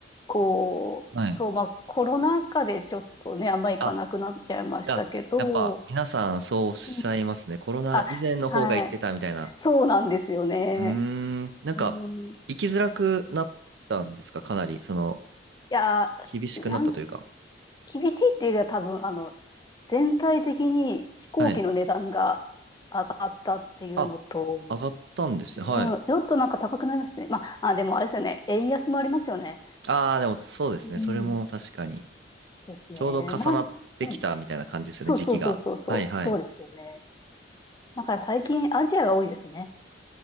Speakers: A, on the left; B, on the right.
A: 構、
B: はい。
A: そう、まあコロナ禍でちょっとね、あんま行かなくなっちゃいましたけど、
B: あ、じゃあ、やっぱ皆さんそうおっしゃいますね。
A: うん
B: コロナ以前の方が行ってたみたいな。
A: あ、はい。そうなんですよね。
B: うーん、なんか、
A: うん。い
B: 行きづらくなったんですかかなり、その、
A: や、
B: 厳しくなったというか。
A: なん、厳しいっていうよりは多分、あの、全体的に飛行機の値段が上がったっていうのと、
B: はい。あ、上がったんですね。
A: うん、
B: はい。
A: ちょっとなんか高くなりましたね。まあ、あ、でもあれですよね。円安もありますよね。
B: ああ、でもそうですね。
A: うん。
B: それも確かに。
A: ですね。
B: ちょうど重なってきたみたいな感じですよね、
A: なん、うん。そうそうそうそうそう。
B: 時期が。はいはい。
A: そうですよね。だから最近アジアが多いですね。